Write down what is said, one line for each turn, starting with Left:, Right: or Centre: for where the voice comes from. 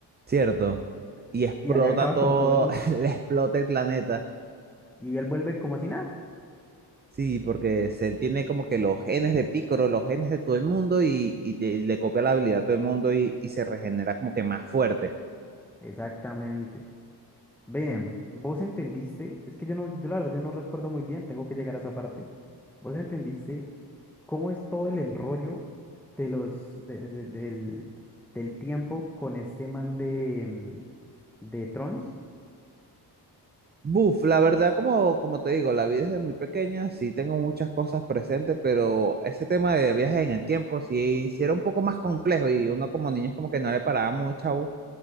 Right: ¿cierto? Y explota
Centre: y allá acaba
Right: todo,
Centre: con todo el mundo,
Right: <laughs> le explota el planeta.
Centre: y él vuelve como si nada.
Right: Sí, porque Cell tiene como que los genes de Piccolo, los genes de todo el mundo y, y te- y le copia la habilidad a todo el mundo y, y se regenera como que más fuerte.
Centre: Exactamente. Ven, vos entendiste, es que yo no, yo la verdad, yo no recuerdo muy bien, tengo que llegar a esa parte. Vos entendiste cómo es todo el enrollo de los, de- de- de- del, del tiempo con este man de, mm, de Trons.
Right: Buf, la verdad, como, como te digo, la vida es de muy pequeña, sí tengo muchas cosas presentes, pero ese tema de viajes en el tiempo sí, sí era un poco más complejo y uno como niño es como que no le paraba mucha, bo-